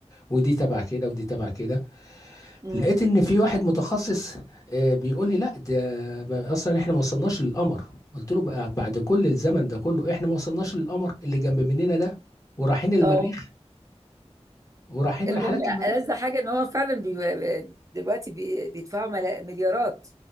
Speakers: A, on the left; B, on the right.
A: ودي تبع كده ودي تبع كده
B: امم
A: لقيت ان في واحد متخصص آه، بيقول لي لا ده ما- اصلا احنا ما وصلناش للقمر قلت له بقى بعد كل الزمن ده كله احنا ما وصلناش للقمر اللي جنب مننا ده ورايحين المريخ
B: اه
A: ورايحين
B: المهم
A: رحلات المريخ
B: ألذ حاجة ان هو فعلا بي... دلوقتي بي... بيدفعوا ملا... مليارات